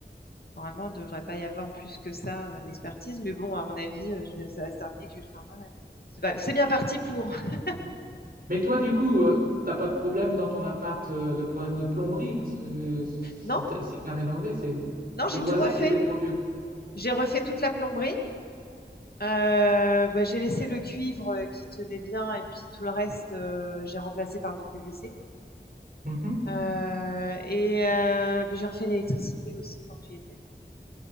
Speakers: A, on the left (about 60°); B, on the right (about 55°).
A: Normalement, il ne devrait pas y avoir plus que ça euh, d'expertise, mais bon, à mon avis, euh, je vais- ça va se terminer que je vais le faire moi-même. C'est pas- c'est bien parti pour. <laughs>
B: Mais toi, du coup, euh, t'as pas de problème dans ton appart euh, de problème de plomberie parce que euh, si si
A: Non,
B: t'as si t'as rénové, c'est
A: non,
B: c'est
A: j'ai
B: le
A: tout
B: voisin
A: refait.
B: qui était trop vieux.
A: J'ai refait toute la plomberie. Euh, bah, j'ai laissé le cuivre euh, qui tenait bien et puis tout le reste, euh, j'ai remplacé par du PVC.
B: <laughs>
A: Euh, et euh, j'ai refait l'électricité aussi tant que j'y étais.